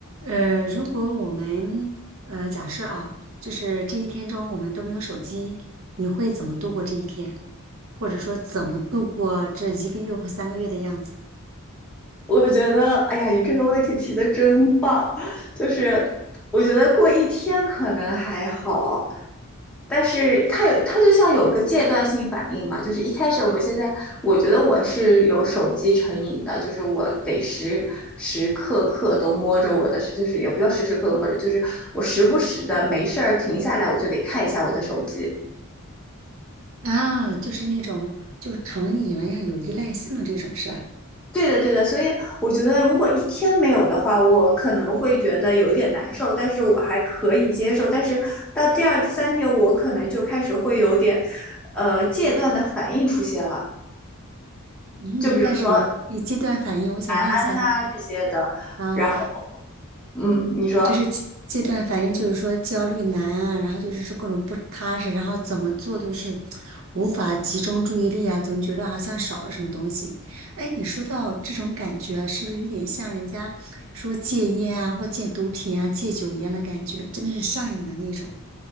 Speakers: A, on the right; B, in the centre.
A: 呃，如果我们呃假设啊，就是这一天中我们都没有手机，你会怎么度过这一天？或者说怎么度过这一个月或三个月的样子？
B: 我觉得，哎呀，你这个问题提的真棒。就是我觉得过一天可能还好，但是它有，它就像有个阶段性反应嘛。就是一开始，我们现在，我觉得我是有手机成瘾的，就是我得时时刻刻都摸着我的，就是也不要时时刻刻摸着，就是我时不时的没事儿停下来，我就得看一下我的手机。
A: 啊，就是那种就成瘾了呀，有依赖性的这种是吧？
B: 对的，对的，所以我觉得如果一天没有的话，我可能会觉得有一点难受，但是我还可以接受。但是到第二、第三天，我可能就开始会有点，呃，戒断的反应出现了，
A: 嗯，
B: 就比如说
A: 但是你你戒断反应，我想问一下
B: 安啊这些的。
A: 啊，
B: 然后，嗯，你说，
A: 就是这这段，反应就是说焦虑难啊，然后就是说各种不踏实，然后怎么做都是无法集中注意力啊，总觉得好像少了什么东西。哎，你说到这种感觉啊是不是有点像人家说戒烟啊，或戒毒品啊、戒酒一样的感觉？真的是上瘾的那种。